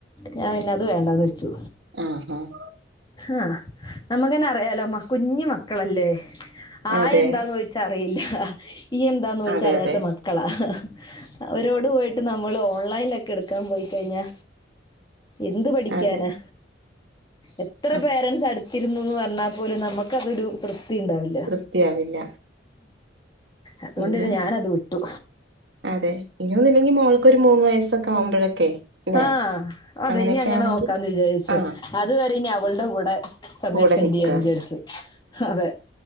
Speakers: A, on the left; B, on the right.
A: ഞാൻ പിന്നെത് വേണ്ടാന്ന് വെച്ചു.
B: ആഹ് ആഹ്
A: ആ നമ്മുക്കന്നെ അറിയാലോ കുഞ് മക്കളല്ലേ? ആ
B: അതെ
A: എന്താന്ന്ചോയ്ച്ചാഅറിയില്ല ഈ എന്താന്ന് ചോയ്‌ച്ചാറിയാത്ത
B: അതെ അതെ
A: മക്കളാ അവരോട് പോയിട്ട് നമ്മൾ ഓൺലൈനൊക്കെ എടുക്കാൻ പോയി കഴിഞ്ഞാ എന്ത് പഠിക്കാനാ?
B: അതെ
A: എത്ര
B: ആഹ്
A: പേരൻസ് അടുത്തിരുന്നുന്ന് പറഞ്ഞാൽ പോലും നമുക്കതൊരു ഉണ്ടാവില്ല
B: തൃപ്തിയാവില്ല
A: അതുകൊണ്ടിന്ന
B: ഇനി
A: ഞാനത് വിട്ടു.
B: അതെ ഇനിയൊന്നില്ലെങ്കി മോൾക്കൊരു മൂന്ന് വയസ്സൊക്കെ ആവുമ്പോഴൊക്കെ ല്ലേ
A: ആ അതെ
B: അങ്ങനെയൊക്കെ
A: ഇനിങ്ങനെ
B: ആണെങ്കിൽ
A: നോക്കാന്ന് വിചാരിച്ചു
B: ആഹ്
A: അത് വെരെനി അവൾടെ കൂടെ. സമയം
B: കൂടെ
A: സ്പെൻഡ്
B: നിക്ക
A: ചെയ്യാന്ന് വിചാരിച്ചു അതെ